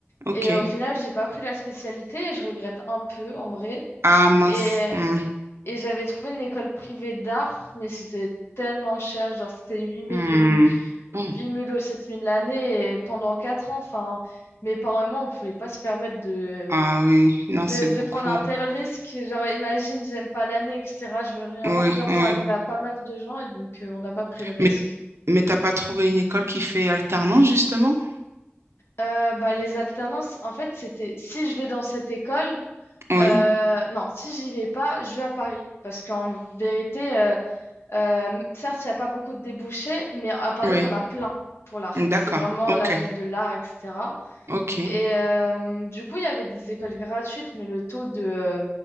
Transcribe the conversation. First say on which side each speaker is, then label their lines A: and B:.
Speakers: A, on the right; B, on the left.
A: Ok.
B: Et euh, au final, j'ai pas pris la spécialité et je regrette un peu en vrai.
A: Ah, mince.
B: Et,
A: Hmm,
B: et j'avais trouvé une école privée d'art, mais c'était tellement cher, genre c'était huit mille
A: hmm.
B: ou,
A: Oh.
B: 8000 ou 7000 l'année et pendant 4 ans, enfin, mes parents et moi, on pouvait pas se permettre de,
A: Ah oui, non,
B: de,
A: c'est
B: de
A: beaucoup.
B: prendre un tel risque. Genre, imagine, j'aime pas l'année, etc., je me réoriente.
A: Oui,
B: Genre,
A: oui.
B: ça arrivait à pas mal de gens et donc euh, on n'a pas pris de risque.
A: Mais, mais t'as pas trouvé une école qui fait alternance, justement?
B: Euh, bah, les alternances, en fait, c'était si je vais dans cette école,
A: Oui,
B: euh, non, si j'y vais pas, je vais à Paris. Parce qu'en vérité, euh, euh, certes, il n'y a pas beaucoup de débouchés, mais à Paris,
A: oui.
B: il y en a plein pour l'art.
A: D'accord.
B: C'est vraiment
A: Ok,
B: la ville de l'art, etc.
A: ok.
B: Et euh, du coup, il y avait des écoles gratuites, mais le taux de, euh,